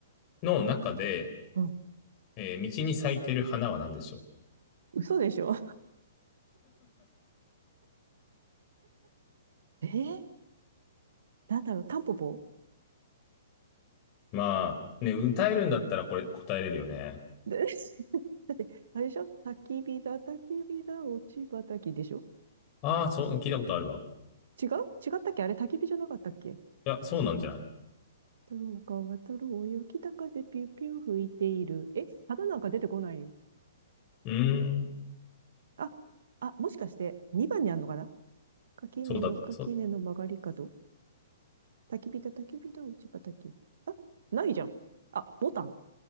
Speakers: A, on the left; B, on the right.
A: の中で、
B: うん。
A: えー道に咲いてる花は何でしょう
B: 嘘でしょえー、なんだろう、タンポポ
A: まあ、ね、歌えるんだったらこれ答えれるよね。
B: で <laughs> だって、あれでしょ焚き火だ、焚き火だ、落ち葉焚きでしょ
A: ああ、そう、聞いたことあるわ。
B: 違う違ったっけあれ焚き火じゃなかったっけ
A: いや、そうなんじゃない
B: 太郎が渡るおよ、北風ピューピュー吹いている。え、花なんか出てこないよ。
A: うーん、
B: あ、あ、もしかして、2番にあんのかな垣根の垣根の曲がり角。
A: そうだと。そう。
B: 焚き火だ、焚き火だ、落ち葉焚き。あ、ないじゃん。あ、ボタン。